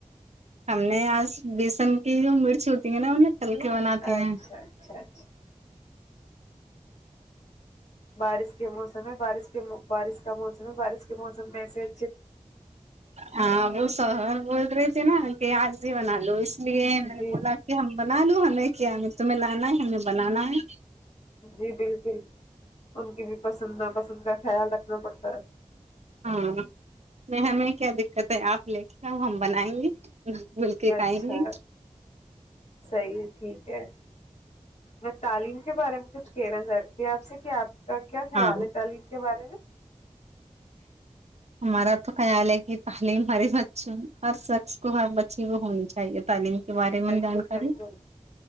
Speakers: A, on the right (about 60°); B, on the left (about 60°).
A: ہم نے آج بیسن کی جو مرچ ہوتی ہیں نا انیں ہلکے بناتے
B: اچھا
A: ہیں
B: اچھا اچھا بارس کے موسم میں بارش کے بارش کا موسم ہے بارش کے موسم میں سے
A: ہاں وہ سہول بول رہے نا ان کہ آی بنا لو
B: جی
A: مولاکی ہ ہمبل آ نے کیا ہم تمہیں لانا ہے ہمیں بنانا ہے
B: جی بالکل ان کی بھی پسند نا پسند کا خیال رکھنا پڑتا ہے
A: ہاں د میں کیا دقت ہے آپ لے کے آؤ ہم بنائیں گے مل کے
B: اچھا
A: کھائیں گے
B: صیح ٹھیک ہے میں تعلیم کے بارے میں کچھ کہنا چاہ رہی ت آپ سے کیا آپ کا کیا خیال
A: ہاں
B: ہے تعلیم کے بارے میں
A: ہمارا تو خیال ہے کہ تعلیم ہماری بچی ہر شخص کو ہر بچی کو ہونی چاہیے تعلیم کے بارے میں
B: بالکل
A: جانکاری
B: بالکل